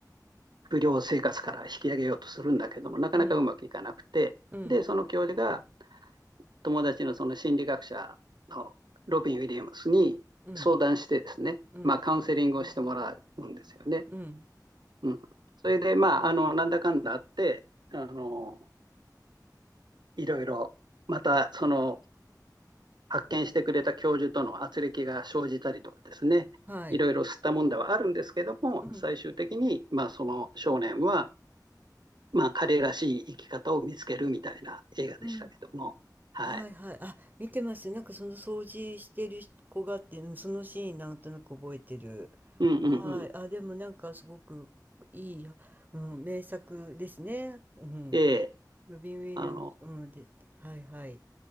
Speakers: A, on the right; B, on the right.
A: 不良生活から引き上げようとするんだけども、なかなかうまくいかなくて、
B: うん。うん。
A: で、その教授が友達のその心理学者のロビン・ウィリアムスに相談してですね、
B: うん。うん。
A: まあ、カウンセリングをしてもらうんですよね。
B: うん。
A: うん。それで、まあ、あの、なんだかんだあって、あの、いろいろ、また、その、発見してくれた教授との圧力が生じたりとかですね、
B: はい。
A: いろいろ吸ったもんではあるんですけども、
B: うん。
A: 最終的に、まあ、その少年は、まあ、彼らしい生き方を見つけるみたいな映画でしたけども、
B: うん。
A: はい。
B: はいはい。あ、見てますよ。なんかその掃除してる子がっていうの、そのシーンなんとなく覚えてる。
A: うんうんうん。
B: はい。あ、でもなんかすごくいい、うん、名作ですね。うん。
A: ええ、
B: ロビン・ウィリアムズ、
A: あの、
B: うん、で、はいはい。